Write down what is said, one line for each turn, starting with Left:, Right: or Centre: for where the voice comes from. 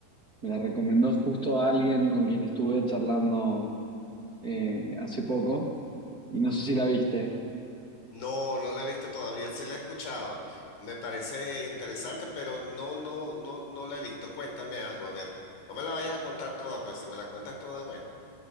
Right: Me la recomendó justo a alguien con quien estuve charlando eh, hace poco y no sé si la viste.
Left: No, no la he visto todavía, sí la he escuchado. Me parece interesante, pero no, no, no, no la he visto. Cuéntame algo, a ver. No me la vayas a contar toda, pues si me la cuentas toda, bueno.